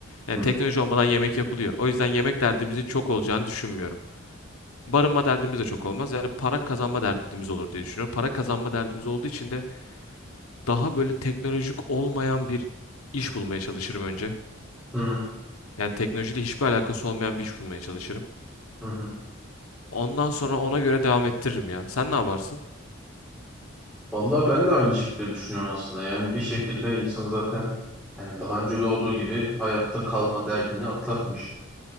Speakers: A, on the left; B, in the centre.
A: Yani
B: Hı hı.
A: teknoloji olmadan yemek yapılıyor. O yüzden yemek derdimizin çok olacağını düşünmüyorum. Barınma derdimiz de çok olmaz. Yani para kazanma derdimiz olur diye düşünüyorum. Para kazanma derdimiz olduğu için de daha böyle teknolojik olmayan bir iş bulmaya çalışırım önce.
B: Hı hı.
A: Yani teknolojiyle hiçbir alakası olmayan bir iş bulmaya çalışırım.
B: Hı
A: Ondan sonra ona göre devam ettiririm ya. Sen ne yaparsın?
B: Vallahi ben de aynı şekilde düşünüyorum aslında. Yani bir şekilde insan zaten yani daha önce de olduğu gibi hayatta kalma derdini atlatmış.